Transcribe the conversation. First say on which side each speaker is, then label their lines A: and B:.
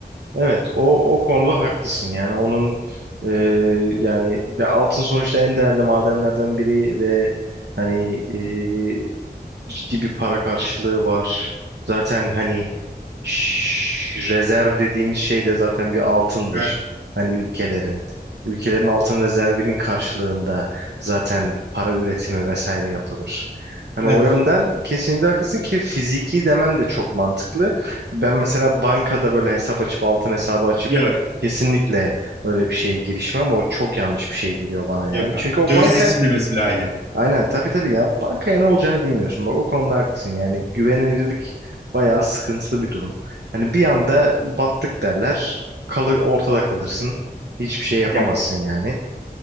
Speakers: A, on the right; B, on the right.
A: Evet, o o konuda haklısın. Yani onun e, yani ve altın sonuçta en değerli madenlerden biri ve hani e, ciddi bir para karşılığı var. Zaten hani Ş- Rezerv dediğimiz şey de zaten bir altındır.
B: Evet.
A: Hani ülkelerin. Ülkelerin altın rezervinin karşılığında zaten para üretimi vesaire yapılır. Hani
B: Evet.
A: o yönden kesinlikle haklısın ki fiziki demen de çok mantıklı. Ben mesela bankada böyle hesap açıp altın hesabı açıp
B: Ya,
A: kesinlikle öyle bir şeye girişmem. O çok yanlış bir şey geliyor bana
B: yok
A: yani.
B: abi.
A: Çünkü o
B: Döviz
A: banka
B: içinde mesela aynı.
A: Aynen tabii tabii ya bankaya ne olacağını bilmiyorsun. Bak o konuda haklısın. Yani güvenilirlik bayağı sıkıntılı bir durum. Hani bir anda battık derler. Kalı, ortada kalırsın. Hiçbir şey yapamazsın
B: Ya
A: yani.